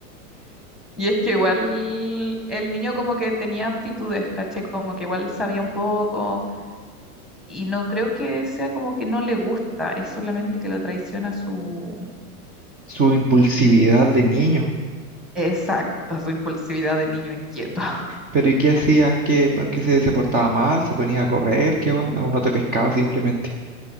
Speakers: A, in the centre; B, on the right (about 20°).
A: Y es que igual el niño como que tenía aptitudes, caché, como que igual sabía un poco. Y no creo que sea como que no le gusta, es solamente que lo traiciona su...
B: su impulsividad de niño.
A: Exacto, su impulsividad de niño inquieto.
B: Pero ¿y qué hacía? ¿Qué, por qué se, se portaba mal? ¿Se ponía a correr? ¿Qué onda? ¿O no te pescaba simplemente?